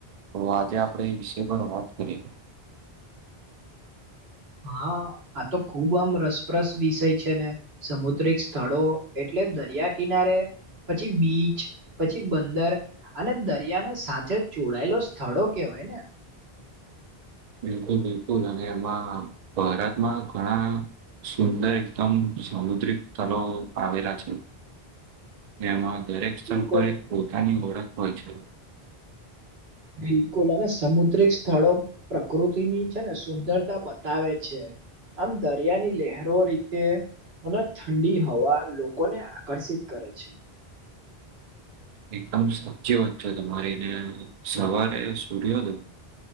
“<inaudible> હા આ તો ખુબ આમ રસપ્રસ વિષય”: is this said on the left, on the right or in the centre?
Right